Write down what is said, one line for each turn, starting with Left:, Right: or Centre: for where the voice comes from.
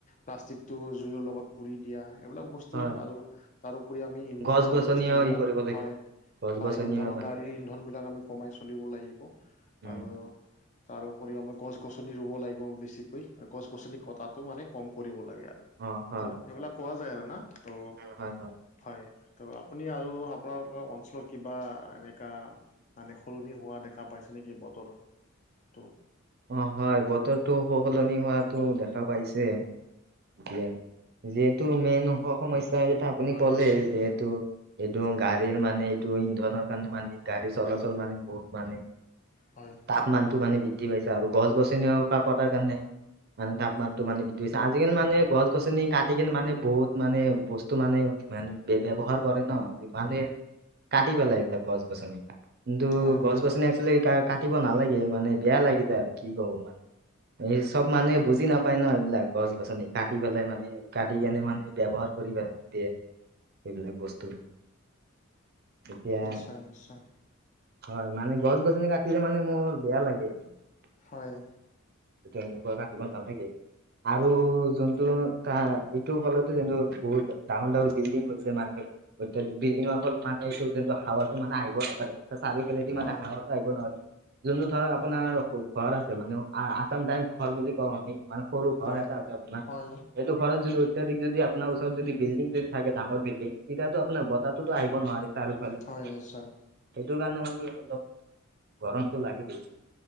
Left: প্লাষ্টিকটো জুইৰ লগত পুৰি দিয়া। এইবিলাক বস্তু
Right: হয়
Left: আৰু তাৰোপৰি আমি ইন্ধনৰ
Right: গছ গছনিও
Left: বস্তুবিলাক
Right: ই কৰিব লাগে
Left: হয়
Right: গছ
Left: হয়
Right: গছনিও
Left: ইন্ধনৰ
Right: মানে
Left: গাড়ীৰ
Right: ৰুব
Left: ইন্ধন
Right: লাগে
Left: বিলাক আমি কমাই চলিব লাগিব।
Right: উম
Left: আৰু তাৰ উপৰিও আমাৰ গছ গছনি ৰুব লাগিব বেছিকৈ গছ গছনি কটাটো মানে কম কৰিব লাগে আৰু। ত
Right: অ হয়
Left: সেইবিলাক কোৱা যায় আৰু না ত'
Right: উম, হয়
Left: হয় ত' আপুনি আৰু। আপোনালোকৰ অঞ্চলত কিবা এনেকা মানে সলনি হোৱা দেখা পাইছে নেকি বতৰ। তো।
Right: অ হয় বতৰটো সলনি হোৱাতো দেখা পাইছেঁ। এতিয়া যিহেতু মেইন সমস্যা এয়া আপুনি
Left: হয়
Right: ক'লে
Left: নিশ্চয়
Right: যিহেতু। এইটো গাড়ীৰ মানে এইটো ইন্ধনৰ কাৰণে মানে, গাড়ীৰ চলাচল মানে, বহুত মানে
Left: হল।
Right: তাপমানতটো মানে বৃদ্ধি পাইছে আৰু গছ, গছনিও কটাৰ কাৰণে মানে তাপমানতো মানে বৃদ্ধি হৈছে আজিকালি মানে গছ, গছনি কাটি কনে মানে বহুত মানে বস্তু টো মানে মানে ব্যৱহাৰ কৰে ন যিমানে কাটি পেলাই এইবিলাক গছ, গছনি কিন্তু
Left: হয়
Right: গছ,
Left: নিশ্চয়
Right: গছনি এক্টচুৱালী কাটিব নালাগে মানে। বেয়া লাগি যায় আৰু কি কব এই চব মানে মানুহে বুজি নাপায় ন এইবিলাক। গছ, গছনি কাটি পেলাই মানে কাটি কেনে মানে ব্যৱহাৰ কৰিব দিয়ে। এইবিলাক বস্তু এতিয়া
Left: নিশ্চয় নিশ্চয়
Right: হয়, মানে গছ -গছনি কাটিলে মানে মোৰ বেয়া লাগে এইটো মানে।
Left: হয়।
Right: তেতিয়া এনেকুৱা কাটিব নালাগে। আৰু যোনটো তাৰ এইটোৰ ফলতো যোনটো বহুত ডাঙৰ, ডাঙৰ বিল্ডিং হৈছে মানুহ অত বিল্ডিং অকল মানে এইটো যোনটো হাৱাটো মানে আহিব ন আৰু চাৰিওফেদি
Left: হয়
Right: মানে হাঁৱাটো আহিব নোৱাৰি যোনটো ধৰক আপোনাৰ
Left: হয়
Right: ঘৰ আছে মানে আচাম তাইপ ঘৰ বুলি কওঁ আমি মানে সৰু ঘৰ
Left: হয়
Right: এটা আছে আপোনাৰ।
Left: হয়
Right: এইটো ঘৰত যদি অত্যাধিক যদি আপোনাৰ ওচৰত যদি বিলডিং যদি থাকে ডাঙৰ বিলডিং তেতিয়াতো আপোনাৰ বতাহ তো আহিব নোৱাৰে, তাৰো ফালে,
Left: হয়
Right: ফালে
Left: নিশ্চয়
Right: সেইটো কাৰণে মানে কি অলপ গৰমতটো লাগি গৈছে।